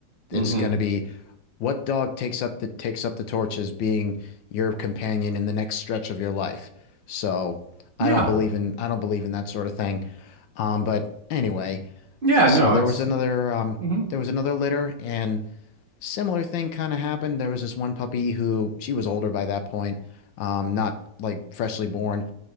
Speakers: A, on the left (about 80°); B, on the right (about 30°).
A: It's
B: hmm
A: going to be what dog takes up the takes up the torch as being your companion in the next stretch of your life. So
B: Yeah,
A: I don't believe in I don't believe in that sort of thing. Um, but anyway,
B: yeah,
A: so
B: no,
A: there
B: it's.
A: was another um,
B: hmm
A: there was another litter, and similar thing kind of happened. There was this one puppy who she was older by that point, um, not like freshly born,